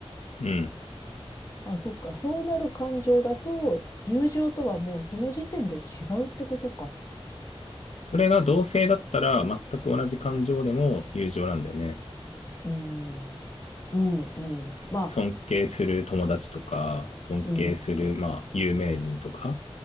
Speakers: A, on the left; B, on the left.
A: うん。
B: あ、そっか。そうなる感情だと、友情とはもうその時点で違うってことか。
A: それが同性だったら、全く同じ感情でも友情なんだよね。
B: うん。うん、うん。
A: そ尊敬する友達とか、
B: まあ、
A: 尊敬する、
B: うん、
A: まあ、有名人とか。